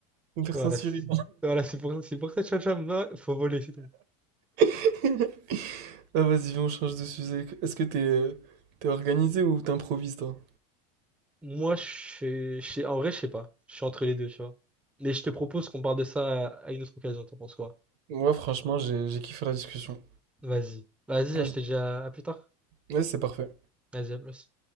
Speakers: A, on the right; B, in the centre.
A: vais me faire
B: voilà,
A: censurer.
B: c'est- voilà, c'est pour, c'est pour ça, tu vois, tu vois, moi, faut voler, c'est tout.
A: <laughs> Ah, vas-y, viens, on change de sujet. Est-ce que t'es euh, t'es organisé ou t'improvises, toi?
B: Moi, je suis, je sais- en vrai, je sais pas, je suis entre les deux, tu vois. Mais je te propose qu'on parle de ça à à une autre occasion, t'en penses quoi?
A: Moi, franchement, j'ai j'ai kiffé la discussion.
B: Vas-y. Vas-y,
A: Vas-y.
B: je te dis à à plus tard.
A: Ouais, c'est parfait.
B: Vas-y, à plus.